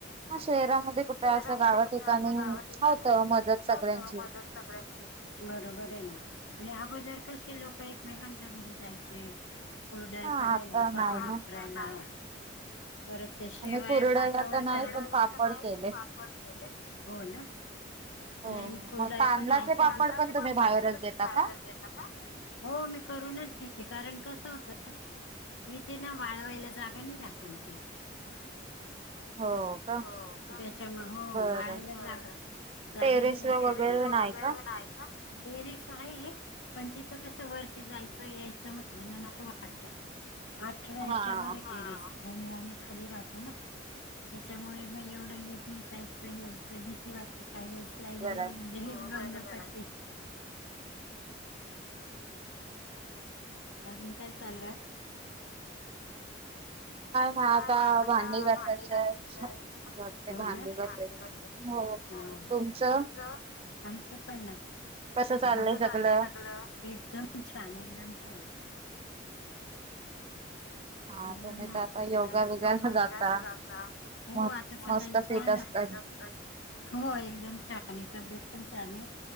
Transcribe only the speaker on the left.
शहरामध्ये
कुठे
असं गावा ठिकाणी
होतं
मदत सगळ्यांची बरोबर आहे ना अगोदर कसे लोक एकमेकांच्या घरी जायचे कुरडया
करायला
पापड
करायला परत ते शेवाया
पाठावर
करन कुरड्या
घातल्या
नाहीत
पण पापड केलेत हो ना
नाही मी कुड्या
पण <inaudible> मग तांदळाचे
पापड
पण
बाहेरच
देता का हो मी करूनच घेते कारण कसं होतं इथे ना वाळवायला जागा नाही राहत आमच्या इथे
हो का त्याच्यामुळ हो
वाळायला जागा बरोबर जागा
नाय राहत
टेरेस
वर
वैगरे
नाही टेरिस आहे पण तिथं कसं वरती जायचं यायचं म्हटलं ना नको वाटतं आठव्या
ह्याच्या वर आहे टेरेस हा आणि आम्ही खाली राहतो ना त्याच्यामुळे मग एवढं लिफ्टनी जायचं यायचं भीती वाटते काहीवेळेस लाईट
गेली
म्हणजे लिफ्ट बंद पडते अजून काय चाललं
काय म आता
भांडी घासायच
होय नई
भांडी घासायची
ह
तुमच आमचं पण ना
आता कस
चाललंय सगळ एकदम छान एकदम छान
एकदम
मस्त
आता
योगा
उद्या सगळ्यांचा हो
आता सकाळीचा
आहे
ना व्हॉट्सॲप स्टेटस हो एकदम छान आहे तब्येत पण छान आहे